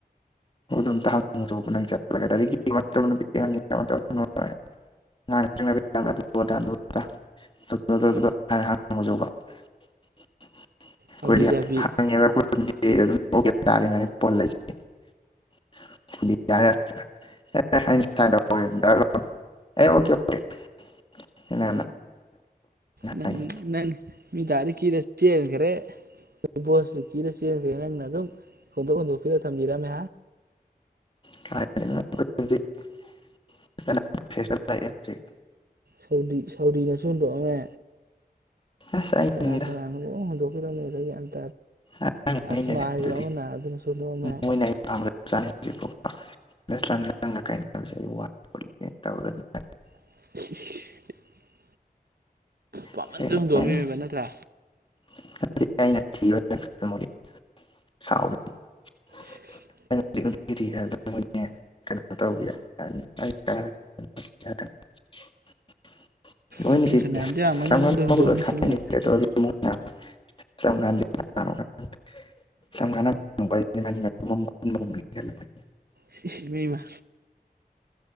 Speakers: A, on the left; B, on the right.
A: ꯑꯝꯇ ꯍꯪꯉꯧꯕ ꯅꯪꯉꯨꯧꯕ <unintelligible> <unintelligible>
B: ꯍꯥꯕꯤ ꯖꯥꯕꯤ
A: <unintelligible> <unintelligible> ꯍꯥꯏꯅ
B: ꯅꯪ
A: ꯍꯥꯏꯅ
B: ꯅꯪ ꯃꯤ ꯇꯔꯗꯤ ꯀꯤꯔ ꯆꯦꯟꯈ꯭ꯔꯦ ꯕꯣꯁ ꯀꯤꯔ ꯆꯦꯟꯈ꯭ꯔꯦ ꯅꯪꯅ ꯑꯗꯨꯝ ꯍꯨꯟꯗ‌ꯣꯛ ꯍꯨꯟꯗ‌ꯣꯛ ꯄꯤꯔ ꯊꯝꯕꯤꯔꯃꯦ
A: ꯀ <unintelligible>
B: ꯁꯥꯎꯗꯤ ꯁꯥꯎꯗꯤꯅꯁꯨ ꯍꯨꯟꯗꯣꯛ ꯑꯝꯃꯦ
A: ꯑꯁ ꯑꯩꯅꯅꯤ
B: ꯀꯅꯥ ꯀꯅꯥꯅ‌ꯣ ꯄꯨꯡꯍꯨꯟ ꯍꯨꯟꯗ‌ꯣꯛꯄꯤꯔꯝꯃ‌ꯦꯗ ꯃꯤ ꯃꯌꯥꯝ ꯑꯃꯥ
A: ꯑꯩ
B: ꯑꯁꯃ
A: ꯂꯩꯅ
B: ꯍꯥꯏꯕꯔ
A: ꯑꯗꯨꯗꯤ
B: ꯑꯃ ꯅꯥꯏ ꯑꯗꯨꯗꯅꯁꯨ
A: ꯃꯣꯏꯅ ꯑꯩ <unintelligible>
B: ꯁꯤꯁ ꯄꯥꯃꯟꯗ
A: ꯑꯗꯨꯃꯥꯏꯅ
B: ꯍꯨꯟꯗꯣꯛꯑꯝꯃꯤꯕ ꯅꯠꯇ꯭ꯔꯥ
A: <unintelligible>
B: ꯁꯤꯁ
A: <unintelligible> <unintelligible>
B: ꯅꯨꯄꯤ ꯐꯅꯌꯥꯝꯗꯤ ꯌꯥꯝꯃꯅꯤ ꯑꯩꯉꯣꯟꯗ ꯍꯨꯟꯗꯣꯛꯑꯝꯃꯤꯁꯤ ꯃꯤꯅ
A: <unintelligible>
B: ꯁꯤꯁ ꯃꯤ ꯑꯃꯥ